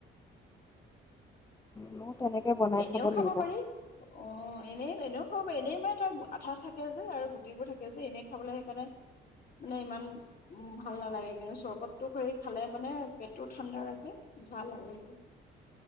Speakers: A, on the left; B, on the left.
A: ময়ো তেনেকে বনাই
B: এনেও
A: খাব লাগিব।
B: পাৰি অ এনেই, এনেও খাব পাৰি, এনেই মানে তই আঠা থাকে যে, আৰু গুটিবোৰ থাকে যে এনেই খাবলৈ সেইকাৰণে, মানে ইমান ভাল নালাগে কিন্তু চৰবত টোক এৰি খালে মানে। পেটটো ঠাণ্ডা ৰাখে, ভাল আৰু এইটো-